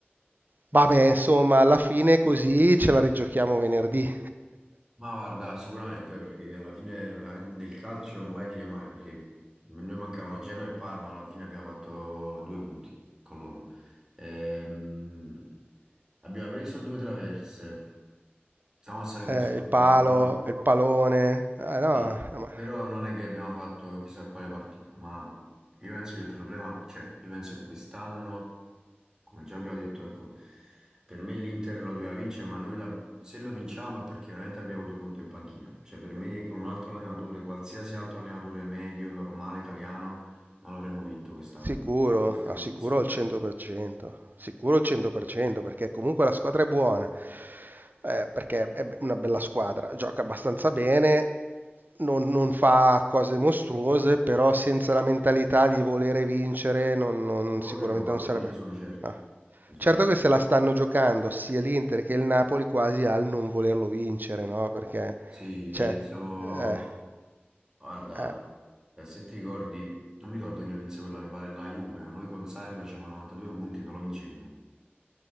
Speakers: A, on the right; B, on the right.
A: Vabbè, insomma, alla fine così ce la rigiochiamo venerdì.
B: Ma guarda, sicuramente eh, perché alla fine veramente nel calcio non mai dire mai perché noi mancavano Genoa e Parma, alla fine abbiamo fatto due punti con loro. Ehm, abbiamo preso due traverse. Siamo stati un
A: Eh,
B: po' sfortunati,
A: il palo,
B: però
A: il palone. Ah, no,
B: Sì,
A: eh, ma
B: però non è che abbiamo fatto chissà quale partita, ma io penso che il problema, cioè, io penso che quest'anno, come già abbiamo detto, ecco, per me l'Inter lo doveva vincere, ma noi la- se lo vinciamo è perché veramente abbiamo avuto conto in panchina. Cioè, per me con un altro allenatore, qualsiasi altro allenatore medio, normale, italiano, non l'avremmo vinto quest'anno,
A: Sicuro,
B: in queste
A: ah,
B: condizioni.
A: sicuro al 100%, sicuro al 100% perché comunque la squadra è buona, eh, perché è be- una bella squadra, gioca abbastanza bene, non, non fa cose mostruose, però senza la mentalità di volere vincere non- non-
B: Non l'avremmo
A: sicuramente
B: fatto,
A: non sarebbe...
B: io ne sono certo.
A: no.
B: Ne sono
A: Certo
B: certo.
A: che se la stanno giocando sia l'Inter che il Napoli quasi al non volerlo vincere, no? Perché,
B: Sì,
A: cioè,
B: siamo
A: eh,
B: Guarda,
A: eh.
B: eh, se ti ricordi, non mi ricordo chi lo vinse quella, mi pare la Juve, ma noi con Sarri facevamo 92 punti e non lo vincemmo.